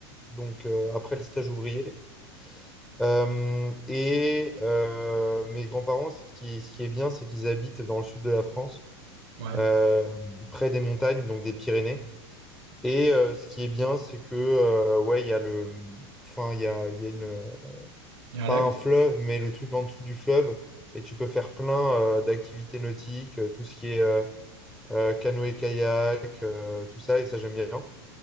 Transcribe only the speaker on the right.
Ouais,
il y a
un lac.